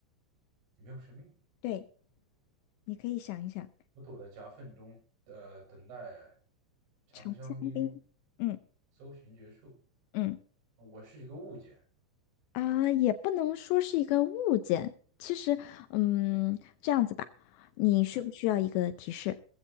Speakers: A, on the right; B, on the left.
A: 你没有生命。
B: 对，你可以想一想，
A: 我躲在夹缝中，呃，等待长香兵
B: 长香槟，嗯
A: 搜寻结束。
B: 嗯
A: 我是一个物件。
B: 啊，也不能说是一个物件。其实，嗯，这样子吧，你需不需要一个提示？
A: OK，